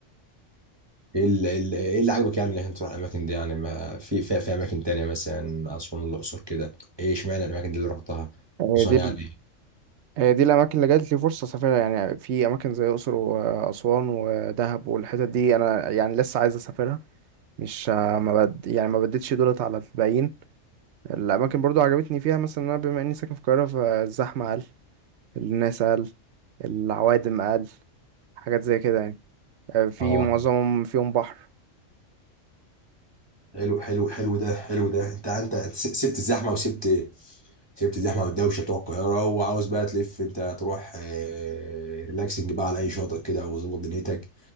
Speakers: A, on the right (about 20°); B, on the right (about 65°).
A: إيه اللي, إيه اللي عجبك يعني إنك أنت تروح الأماكن دي يعني ما في في في أماكن تانية مثلا أسوان الأقصر كده إيه إشمعنى الأماكن دي اللي رحتها؟
B: هي
A: خصوصا
B: دي
A: يعني
B: هي دي الأماكن اللي جات لي فرصة أسافرها يعني في أماكن زي الأقصر وأسوان ودهب والحتت دي أنا يعني لسه عايز أسافرها مش ما بد... يعني ما بديتش دولت على الباقيين الأماكن برضو عجبتني فيها مثلا إن أنا بما إني ساكن في القاهرة فالزحمة أقل الناس أقل العوادم أقل حاجات زي كده يعني آه، في
A: اه
B: معظمهم فيهم بحر
A: حلو حلو حلو ده حلو ده انت انت س- سبت الزحمه وسبت سبت الزحمه والدوشه بتوع القاهره وعاوز بقى تلف انت تروح آه، ريلاكسنج بقى على اي شاطئ كده وظبط دنيتك